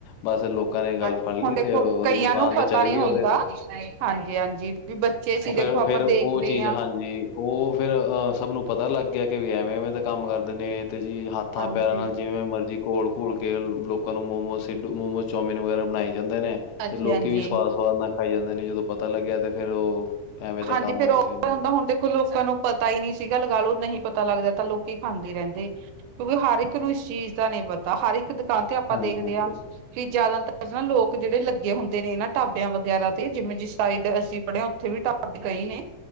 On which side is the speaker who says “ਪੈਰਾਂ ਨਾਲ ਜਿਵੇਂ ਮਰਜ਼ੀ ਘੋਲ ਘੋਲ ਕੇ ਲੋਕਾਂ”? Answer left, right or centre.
Left